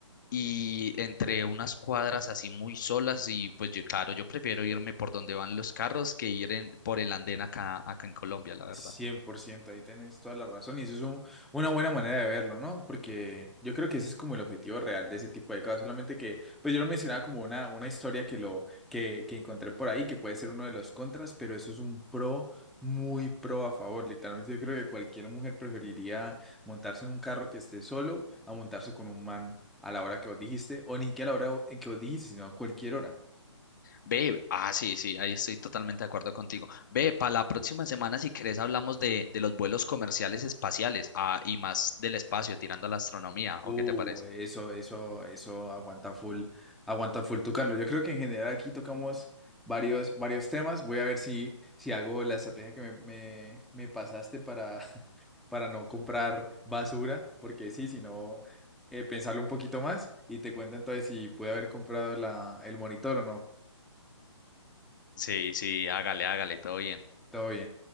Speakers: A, on the left; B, in the centre.
A: y entre unas cuadras así muy solas y pues yo, claro, yo prefiero irme por donde van los carros que ir en- por el andén acá, acá en Colombia, la verdad.
B: cien por ciento ahí tenés toda la razón y eso es un- una buena manera de verlo, ¿no? Porque yo creo que ese es como el objetivo real de ese tipo de cosas, solamente que, pues yo lo mencionaba como una, una historia que, lo, que, que encontré por ahí, que puede ser uno de los contras, pero eso es un pro, muy pro a favor, literalmente yo creo que cualquier mujer preferiría montarse en un carro que esté solo a montarse con un man a la hora que vos dijiste, o ni siquiera a la hora en que vos dijiste, sino a cualquier hora.
A: Ve, ah, sí, sí, ahí estoy totalmente de acuerdo contigo. Ve, para la próxima semana, si querés, hablamos de, de los vuelos comerciales espaciales, ah, y más del espacio, tirando a la astronomía,
B: Uh,
A: ¿o qué te parece?
B: eso, eso, eso aguanta full, aguanta full tu Carlos. Yo creo que en general aquí tocamos varios, varios temas. Voy a ver si, si hago la estrategia que me, me, me pasaste para, <laughs> para no comprar basura, porque sí, si no, eh, pensarlo un poquito más y te cuento entonces si pude haber comprado la, el monitor o no.
A: Sí, sí, hágale, hágale, todo bien.
B: Todo bien.